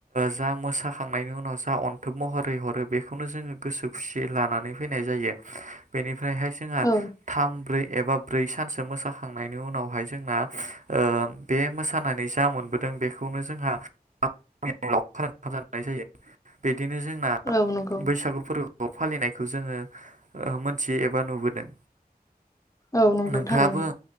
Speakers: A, on the right; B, on the left.
A: जा मोसाखांनायनि उनाव जा अन्थोब महरै हरो बेखौनो जोङो गोसो खुसियै लानानै फैनाय जायो। बेनि फ्रायहाय जोंहा
B: औ
A: थाम ब्रै एबा ब्रै सानसो मोसाखांनायनि उनावहाय जोंना ओ बे मोसानानै जा मोनबोदों बेखौनो जोंहा <unintelligible> लावखार ओंखाम जानाय जायो बिदिनो जोंना
B: औ नंगौ
A: बैसागु फोरबो बो फालिनायखौ जोङो मोन थियो एबा नुबोदों।
B: औ नंगौ
A: नोंथाङाबो
B: थारैनो।